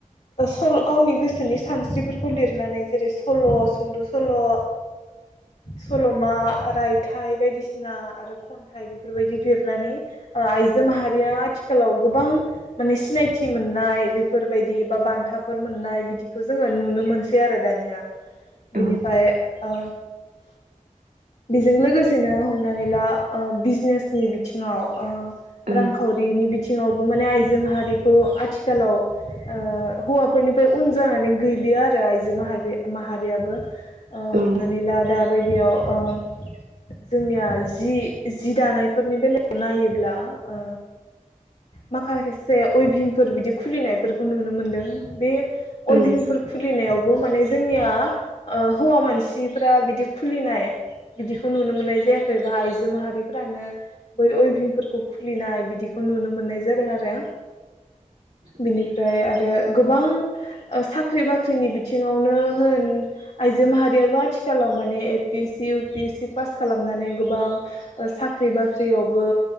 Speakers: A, on the left; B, on the right.
A: ओ सल' गावनि गोसोनि सानस्रिफोरखौ लिरनानै जेरै सल', सुंद' सल' ओ सल'मा, रायथाइ बायदिसिना आरो खन्थाइ बेफोरबायदि लिरनानै ओ आइजो माहा रिया आथिखालाव गोबां माने सिनायथि मोननाय बेफोरबायदि बा बान्थाफोर मोननाय बिदिखौ जोङो नुनो मोनसै आरो दानिया।
B: औ
A: बेनिफाय ओ बिजों लोगोसेनो हमनानै ला ओ बिजनेसनि बिथिङाव ओ
B: ओं
A: रांखावरिनि बिथिङावबो माने आइजो माहारिखौ आथिखालाव ओ हौवाफोरनिफ्राय उन जानानै गैलिया आरो आइजो माहारि माहारियाबो ओ हमनानै
B: ओं
A: ला दा बै बेयाव ओ जोंनिया जि जि दानायफोरनि बेलायाव नायोब्ला ओ माखासेसे उइभिंफोर बिदि खुलिनायफोरखौ नुनो मोनदों बे अयबिंफोर
B: ओं
A: खुलिनायावबो माने जोंनिया ओ हौवा मानसिफ्रा बिदि खुलिनाय बिदिखौ नुनो मोननाय जायाखै बा आइजो माहारिफोरानो बै उइभिंफोरखौ खुलिनाय बिदिखौ नुनो मोननाय जादों आरो। बिनिफ्राय आरो गोबां ओ साख्रि बाख्रिनि बिथिङावनो होन आइजो माहारियाबो आथिखालाव माने A P S C U P S C pass खालामनानै गोबां ओ साख्रि बाख्रियावबो